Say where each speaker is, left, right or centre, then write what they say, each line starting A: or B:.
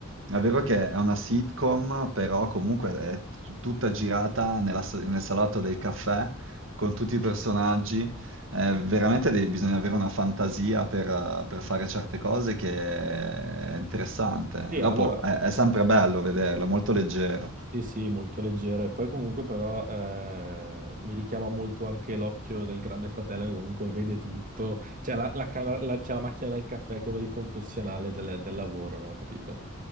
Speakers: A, on the right; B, on the right.
A: è vero che è una sitcom, però comunque è t- tutta girata nella sa- nel salotto del caffè con tutti i personaggi. Eh, veramente devi- bisogna avere una fantasia per, eh, per fare certe cose che è interessante.
B: Sì,
A: Dopo
B: allora.
A: è, è sempre bello vederlo, è molto leggero.
B: Sì, sì, molto leggero e poi comunque però eh, mi richiama molto anche l'occhio del grande fratello che comunque vede tutto, c'è la, la camera- la- c'è la macchina del caffè come il confessionale del, del lavoro, no? Capito?